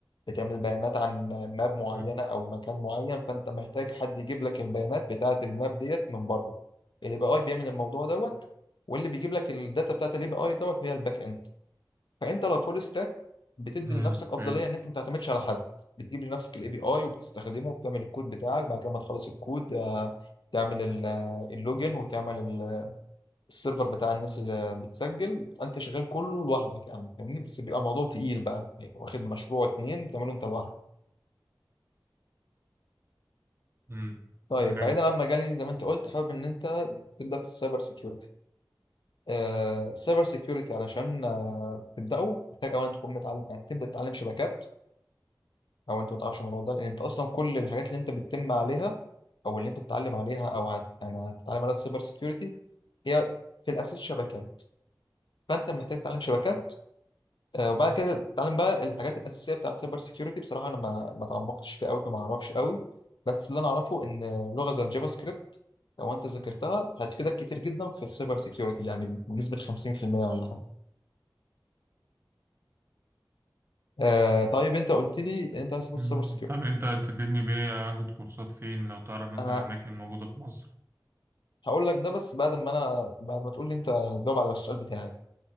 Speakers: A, on the left; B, on the right.
A: بتعمل بيانات عن ماب معينة
B: مم.
A: أو مكان معين فأنت محتاج حد يجيب لك البيانات بتاعة الماب ديت من بره ال API بيعمل الموضوع دوت واللي بيجيب لك الداتا بتاعة ال API دوت هي الباك إند فأنت لو فول ستاك بتدي
B: مم.
A: لنفسك أفضلية
B: فاهم
A: إن أنت ما تعتمدش على حد بتجيب لنفسك ال API وبتستخدمه وبتعمل الكود بتاعك بعد كده ما تخلص الكود آه، تعمل ال- آه، اللوجن وتعمل ال- آه، السيرفر بتاع الناس اللي بتسجل انت شغال كله لوحدك يعني فاهمني بس بيبقى موضوع تقيل بقى يعني واخد مشروع اتنين بتعمله انت لوحدك
B: مم.
A: طيب
B: لا، حلو
A: بعيدا عن مجالي زي ما انت قلت حابب ان انت تبدا في السايبر سيكيورتي آه السايبر سيكيورتي علشان آه تبداه محتاج اولا تكون متعلم يعني تبدا تتعلم شبكات او انت ما تعرفش الموضوع ده لان انت اصلا كل الحاجات اللي انت بتتم عليها او اللي انت بتتعلم عليها او هت... يعني هتتعلم عليها السايبر سيكيورتي هي في الاساس شبكات فانت محتاج تتعلم شبكات آه، وبعد كده بتتعلم بقى الحاجات الاساسيه بتاعت سايبر سيكيورتي بصراحه انا ما ما اتعمقتش فيه قوي فما اعرفش قوي بس اللي انا اعرفه ان لغه زي الجافا سكريبت لو انت ذاكرتها هتفيدك كتير جدا في السايبر سيكيورتي يعني بنسبه 50% ولا حاجه آه طيب انت قلت لي ان انت عايز تدخل
B: مم.
A: السايبر سيكيورتي
B: طب انت تفيدني بايه اخد كورسات فين لو تعرف مثلا
A: انا
B: اماكن موجودة في مصر
A: هقول لك ده بس بعد ما انا بعد ما تقول لي انت يعني تجاوب على السؤال بتاعي